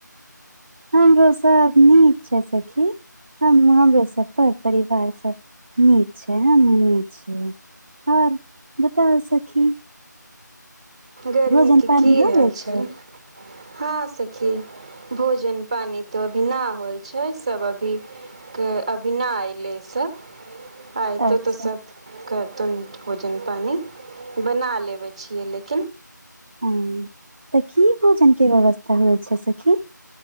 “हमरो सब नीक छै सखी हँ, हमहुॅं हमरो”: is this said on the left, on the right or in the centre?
Right